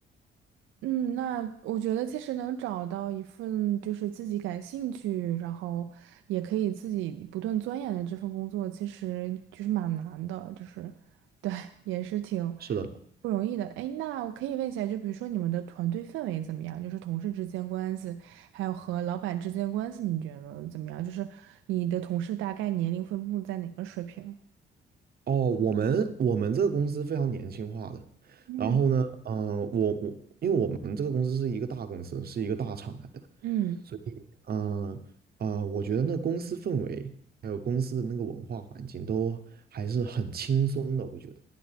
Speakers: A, on the right; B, on the right.
A: 嗯，那我觉得其实能找到一份就是自己感兴趣，然后也可以自己不断钻研的这份工作，其实就是蛮难的，就是对，也是挺
B: 是的。
A: 不容易的。哎，那我可以问一下，就比如说你们的团队氛围怎么样？就是同事之间关系，还有和老板之间关系，你觉得怎么样？就是你的同事大概年龄分布在哪个水平？
B: 哦，我们我们这个公司非常年轻化的，
A: 嗯。
B: 然后呢，呃，我我因为我们这个公司是一个大公司，是一个大厂来的，
A: 嗯
B: 所以，呃呃，我觉得那公司氛围还有公司的那个文化环境都还是很轻松的，我觉得